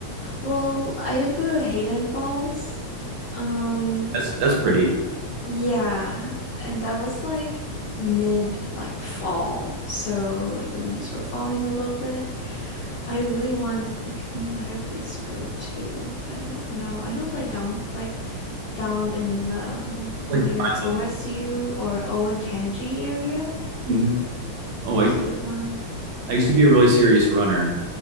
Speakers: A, on the left; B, on the right.
A: Well, I did go to Hayden Falls. Um,
B: That's that's pretty.
A: yeah, and that was like mid like fall, so like the leaves were falling a little bit. I really want like another place to go to, but I don't know. I know like down like down in the um,
B: Like
A: near
B: the five
A: OSU
B: cent.
A: or Olentangy area.
B: Mhm. Oh,
A: There's
B: I,
A: a good one.
B: I used to be a really serious runner.